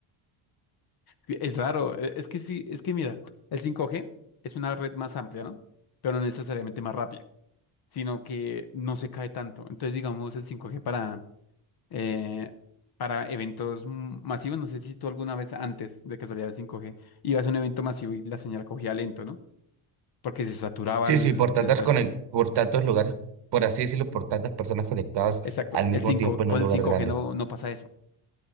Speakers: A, on the left; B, on the right.
A: que Es raro, eh, es que sí, es que mira, el 5G es una red más amplia, ¿no? Pero no necesariamente más rápida, sino que no se cae tanto. Entonces, digamos, el 5G para, eh, para eventos m- masivos, no sé si tú alguna vez antes de que saliera el 5G ibas a un evento masivo y la señal cogía lento, ¿no? Porque se saturaba
B: Sí,
A: el...
B: sí, por tantas
A: se sa-
B: conec- por tantos lugares, por así decirlo, por tantas personas conectadas
A: exacto,
B: al mismo
A: el 5,
B: tiempo en
A: con
B: un lugar
A: el 5G
B: grande.
A: no, no pasa eso.